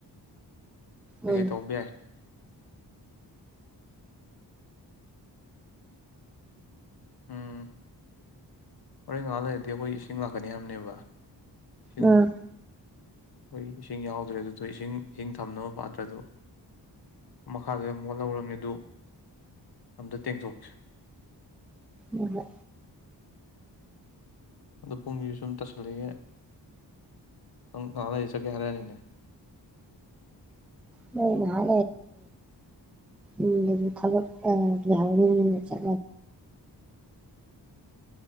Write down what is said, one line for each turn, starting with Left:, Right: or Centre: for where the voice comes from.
Left: ꯀꯩꯀꯩ
Centre: ꯎꯝ
Left: ꯇꯧꯕ ꯌꯥꯏ ꯎꯝ ꯍꯣꯔꯦꯜ ꯉꯥꯏꯍꯥ ꯂꯩꯔꯗꯤ ꯑꯩꯈꯣꯏ ꯏꯁꯤꯡ ꯂꯥꯛꯀꯅꯤ ꯍꯥꯏꯕꯅꯦꯕ ꯏꯁꯤꯡ
Centre: ꯎꯝ
Left: ꯑꯩꯈꯣꯏ ꯏꯁꯤꯡ ꯌꯥꯎꯗ꯭ꯔꯦ ꯑꯗꯨꯗꯣ ꯏꯁꯤꯡ ꯏꯁꯤꯡ ꯊꯝꯅꯕ ꯄꯥꯇ꯭ꯔꯗꯨ ꯃꯈꯥꯗ ꯌꯥꯝ ꯃꯣꯠꯍꯧꯔꯕꯅꯤ ꯑꯗꯨ ꯑꯝꯇ ꯇꯦꯡꯊꯣꯛꯁꯤ
Centre: ꯎꯝ
Left: ꯑꯗꯨꯗ ꯄꯨꯡꯁꯤ ꯁꯨꯝ ꯇꯁꯤꯜꯂꯛꯑ° ꯅꯪ ꯉꯥꯏꯍꯥꯛ ꯂꯩꯔꯒꯦ ꯆꯠꯀꯦ ꯍꯥꯏꯔꯛꯑꯅꯤꯅꯦ
Centre: ꯅ ꯉꯍꯥꯛ ꯂꯩꯔꯗꯤ ꯎ ꯊꯕ ꯑ ꯌꯥ ꯆ